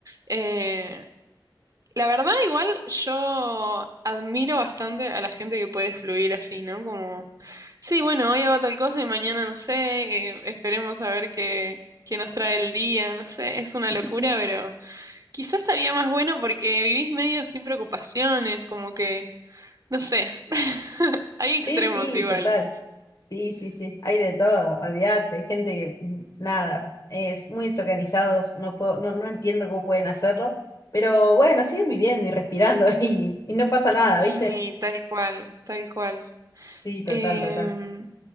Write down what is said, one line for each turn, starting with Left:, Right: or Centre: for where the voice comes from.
Right: eh, la verdad igual yo admiro bastante a la gente que puede fluir así, ¿no? Como, sí, bueno, hoy hago tal cosa y mañana no sé, eh, esperemos a ver qué, qué nos trae el día, no sé, es una locura,
Left: <laughs>
Right: pero quizás estaría más bueno porque vivís medio sin preocupaciones, como que, no sé, <laughs> hay extremos
Left: Sí, sí,
Right: igual.
Left: total. Sí, sí, sí, hay de todo, olvídate, hay gente que, mm, nada, es muy desorganizados, no puedo, no, no entiendo cómo pueden hacerlo, pero bueno, siguen viviendo y respirando <laughs> y, y no pasa
Right: Sí,
Left: nada, ¿viste?
Right: tal cual, tal cual.
Left: Sí, total,
Right: Em,
Left: total.